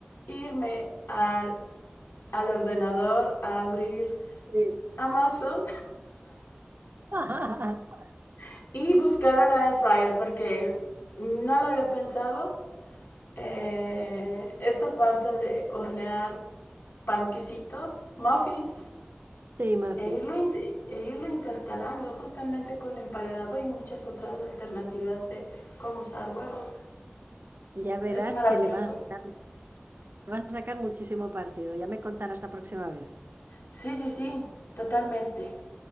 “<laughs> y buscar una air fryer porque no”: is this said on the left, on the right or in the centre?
Left